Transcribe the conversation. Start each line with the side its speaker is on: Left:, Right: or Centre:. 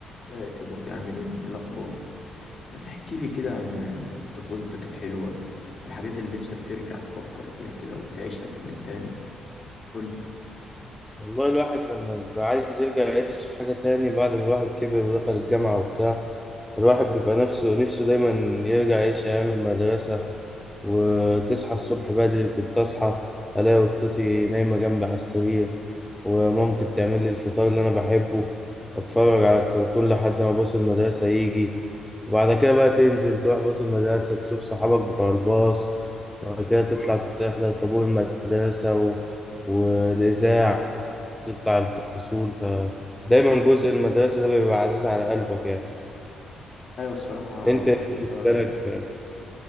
Left: لا يا كابوتي عامل ايه إيه الاخبار ما تحكي لي كده عن طفولتك الحلوه والحاجات اللي نفسك ترجع تفكر فيها كده وتعيشها من تاني قول لي
Centre: والله الواحد لما بيبقى عايز يرجع يعيش في حاجة تاني بعد ما الواحد كبر ودخل الجامعة وبتاع الواحد بيبقى نفسه نفسه دايما يرجع يعيش أيام المدرسة وتصحى الصبح بدري كنت أصحى ألاقي قطتي نايمة جنبي على السرير ومامتي بتعمل لي الفطار اللي أنا بحبه وأتفرج على الكرتون لحد ما باص المدرسة يجي وبعد كده بقى تنزل تروح باص المدرسة تشوف صحابك بتوع الباص وبعد كده تطلع تحضر طابور المدرسة و... والإذاعة تطلع الفصول فدايما جزء المدرسة ده بيبقى عزيز على قلبك يعني
Left: ايوه الصراحه
Centre: انت
Left: المدرسه
Centre: ايه بالنسبة لك